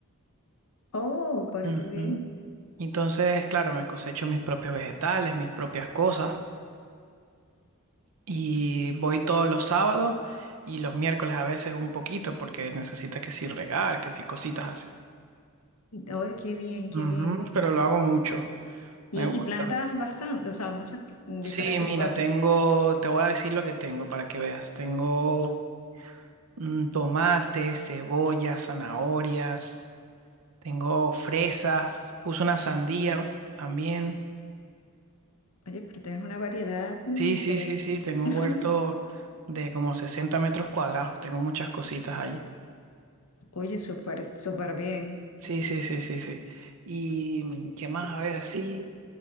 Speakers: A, on the left; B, on the right.
A: Oh, pero
B: Ujú.
A: qué bien.
B: Entonces, claro, me cosecho mis propios vegetales, mis propias cosas. Y voy todos los sábados y los miércoles a veces un poquito porque necesitas que si regar, que si cositas así.
A: Oh, qué bien, qué
B: Ujú,
A: bien.
B: pero lo hago mucho,
A: Y,
B: me gusta.
A: y plantas bastante, o sea, muchas mm,
B: Sí,
A: diferentes
B: mira,
A: cosas.
B: tengo, te voy a decir lo que tengo para que veas. Tengo mm, tomate, cebolla, zanahorias, tengo fresas, puse una sandía también.
A: Oye, pero tienes una variedad increíble.
B: Sí, sí, sí, sí, tengo
A: <laughs>
B: un huerto de como 60 metros cuadrados, tengo muchas cositas allí.
A: Oye, súper, súper bien.
B: Sí, sí, sí, sí, sí. ¿Y mm, qué más? A ver, así.